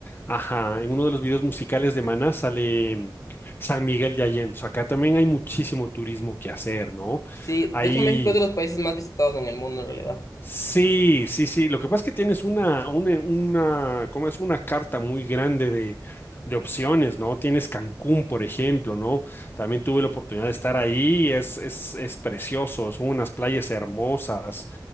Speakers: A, on the left; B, on the left.
A: Ajá, en uno de los videos musicales de Maná sale. San Miguel de Allende. Acá también hay muchísimo turismo que hacer, ¿no?
B: Sí,
A: Hay...
B: de hecho México es de los países más visitados en el mundo en realidad.
A: Sí, sí, sí. Lo que pasa es que tienes una, una, una, ¿cómo es? Una carta muy grande de, de opciones, ¿no? Tienes Cancún, por ejemplo, ¿no? También tuve la oportunidad de estar ahí. Es, es, es precioso. Son unas playas hermosas.